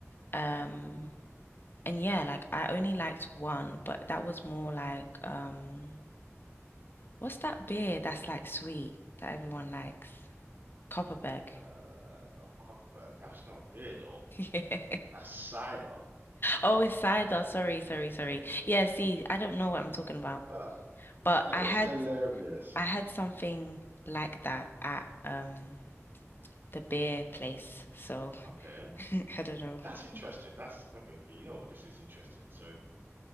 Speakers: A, on the left (about 45°); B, on the right (about 45°).
A: Um and yeah, like I only liked one, but that was more like um what's that beer that's like sweet that everyone likes? Copperberg.
B: Uh,
A: <laughs>
B: oh, Copperberg, that's not beer though.
A: Yeah.
B: That's cider.
A: Oh, it's cider. Sorry, sorry, sorry. Yeah, see, I don't know what I'm talking about.
B: That
A: But I
B: is
A: had
B: hilarious.
A: I had something like that at um the beer place. So
B: Okay.
A: <laughs> I don't know.
B: That's interesting. That's okay. Okay, you know what? This is interesting. So